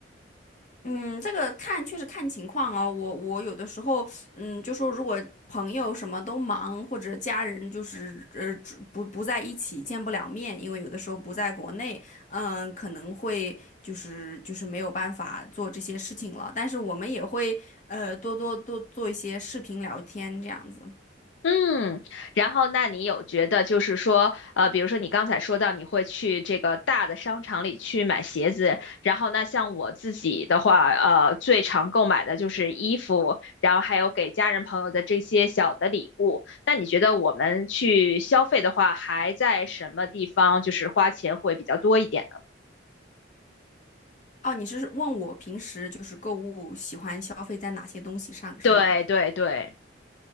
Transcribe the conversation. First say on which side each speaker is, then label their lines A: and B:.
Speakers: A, on the left (about 40°); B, on the left (about 70°).
A: 嗯，这个看确实看情况哦。我我有的时候，嗯，就说如果朋友什么都忙，或者家人就是呃只不不在一起，见不了面，因为有的时候不在国内，嗯，可能会就是就是没有办法做这些事情了。但是我们也会呃多多多做一些视频聊天这样子。
B: 嗯，然后那你有觉得就是说，呃，比如说你刚才说到你会去这个大的商场里去买鞋子，然后那像我自己的话，呃，最常购买的就是衣服，然后还有给家人朋友的这些小的礼物。那你觉得我们去消费的话，还在什么地方就是花钱会比较多一点呢？
A: 哦，你是问我平时就是购物喜欢消费在哪些东西上是吗？
B: 对对对。